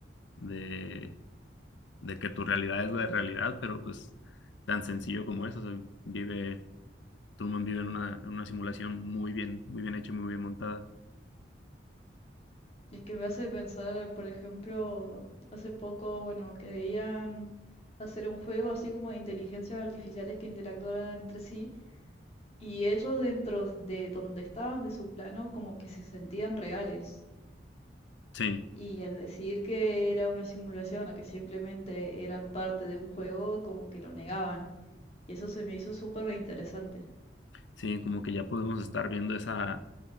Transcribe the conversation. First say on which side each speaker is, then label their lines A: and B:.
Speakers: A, on the left; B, on the left.
A: de de que tu realidad es la realidad, pero pues tan sencillo como eso, o sea, vive, Truman vive en una, en una simulación muy bien, muy bien hecha y muy bien montada.
B: Es que me hace pensar, por ejemplo, hace poco, bueno, querían hacer un juego así como de inteligencias artificiales que interactuaran entre sí y ellos dentro de donde estaban, de su plano, como que se sentían reales.
A: Sí,
B: Y al decir que era una simulación o que simplemente eran parte de un juego, como que lo negaban. Y eso se me hizo súper interesante.
A: sí, como que ya podemos estar viendo esa,